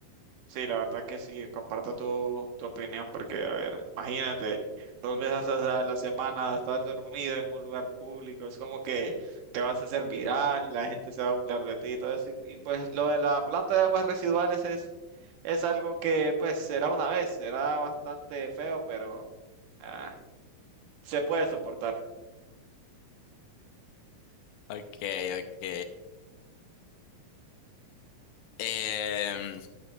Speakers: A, on the right; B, on the left.
A: sí, la verdad que sí, comparto tu, tu opinión, porque, a ver, imagínate, dos veces a la semana estar dormido en un lugar público, es como que te vas a hacer viral, la gente se va a burlar de ti y todo eso. Y, y pues lo de la planta de aguas residuales es, es algo que pues será una vez, será bastante feo, pero... ah, se puede soportar.
B: Ok, ok. Em,